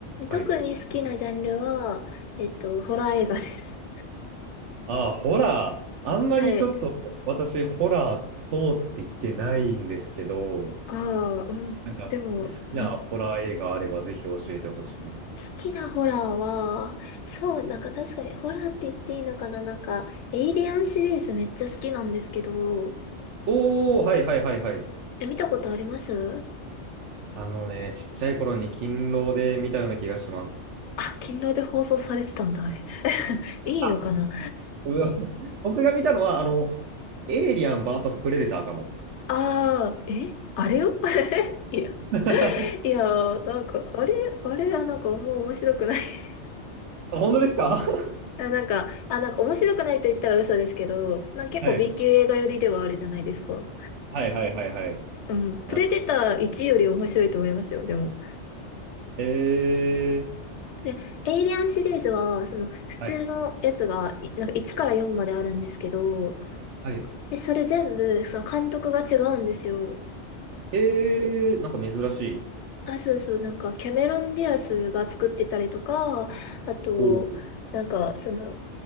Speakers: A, on the right; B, on the left.
A: はい
B: 特に好きなジャンルは、えっと、ホラー映画です。
A: ああ、ホラー。あんまりちょっと私、
B: <laughs> はい。
A: ホラー通ってきてないんですけど、
B: ああ、うん。
A: なんかす好きなホラー映画あればぜひ教えてほしい。
B: でも、うん。好きなホラーは、そう、なんか確かにホラーって言っていいのかななんか、エイリアンシリーズめっちゃ好きなんですけど、
A: おー、はいはいはいはい。
B: え見たことあります
A: あのね、ちっちゃい頃に勤労で見たような気がします。
B: あ、勤労で放送されてたんだ、あれ。<laughs> いいのかな
A: あ、うわ僕が見たのは、あの、エイリアン VS プレデターかも。
B: <laughs> ああー、えあれよ <laughs> いや
A: <laughs>
B: いやー、なんか、あれ、あれはなんかあんま面白くない <laughs>
A: あ、本当ですか <laughs>
B: あ、なんか、あ、なんか面白くないと言ったら嘘ですけど、なんか結構
A: はい。
B: B 級映画寄りではあるじゃないですか。
A: はいはいはいはい。
B: うん。プレデター1より面白いと思いますよ、
A: あ
B: でも。
A: へえ。
B: で、エイリアンシリーズは、その、普通のやつが、
A: はい。
B: いなんか1から4まであるんですけど、
A: はい。
B: で、それ全部、その監督が違うんですよ。
A: へえ、なんか珍しい。
B: あ、そうそう、なんか、キャメロン・ディアスが作ってたりとか、あと、
A: おお。
B: なんか、その、